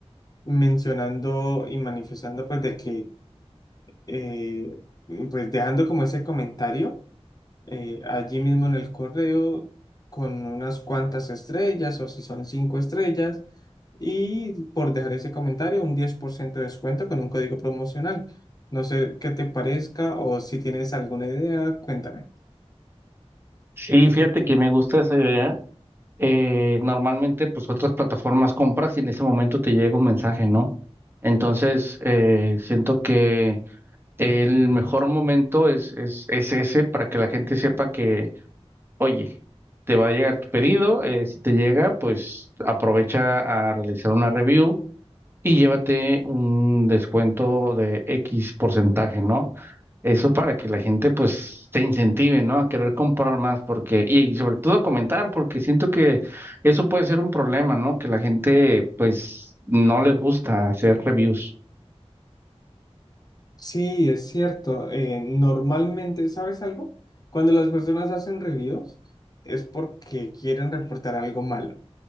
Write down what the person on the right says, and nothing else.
Sí, fíjate que me gusta esa idea. Eh, normalmente, pues otras plataformas compras y en ese momento te llega un mensaje, ¿no? Entonces, eh, siento que el mejor momento es, es, es ese para que la gente sepa que, oye, te va a llegar tu pedido, eh, si te llega, pues aprovecha a realizar una review y llévate un descuento de X porcentaje, ¿no? Eso para que la gente pues se incentive, ¿no? A querer comprar más porque, y, y sobre todo comentar, porque siento que eso puede ser un problema, ¿no? Que la gente pues no le gusta hacer reviews.